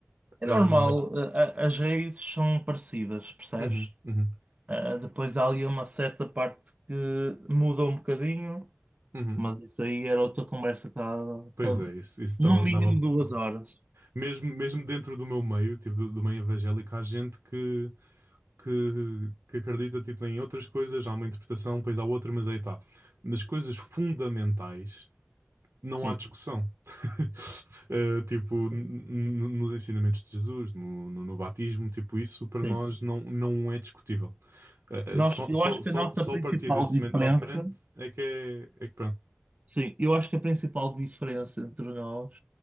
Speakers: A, on the right; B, on the right.
A: É
B: Ahm,
A: normal, a- a- as raízes são parecidas, percebes?
B: uhum, uhum,
A: Ah, depois há ali uma certa parte que muda um bocadinho,
B: uhum.
A: mas isso aí era outra conversa que dava
B: Pois
A: para,
B: é, isso, isso
A: no
B: dava, dava-
A: mínimo duas horas.
B: Mesmo, mesmo dentro do meu meio, tipo, do, do meio evangélico, há gente que, que, que acredita, tipo, em outras coisas, há uma interpretação, depois há outra, mas aí está. Nas coisas fundamentais não
A: Sim,
B: há discussão. <laughs> Eh, tipo, n- n- nos ensinamentos de Jesus, no, no, no batismo, tipo, isso para
A: sim.
B: nós não, não é discutível. Eh,
A: Nós,
B: eh, só,
A: eu
B: só,
A: acho
B: só,
A: que a nossa
B: só
A: principal
B: a partir desse
A: diferença,
B: momento para a frente é que é, é que pronto.
A: sim, eu acho que a principal diferença entre nós,